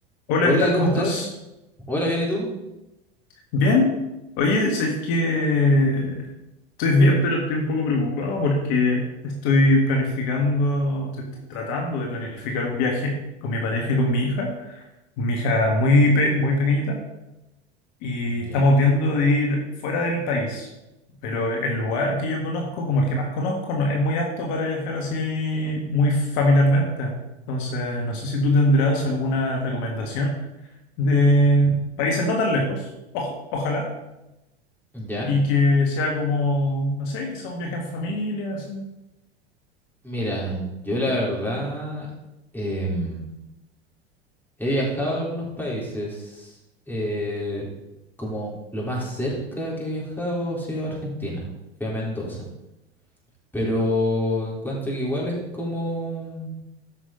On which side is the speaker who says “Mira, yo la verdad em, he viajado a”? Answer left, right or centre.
Centre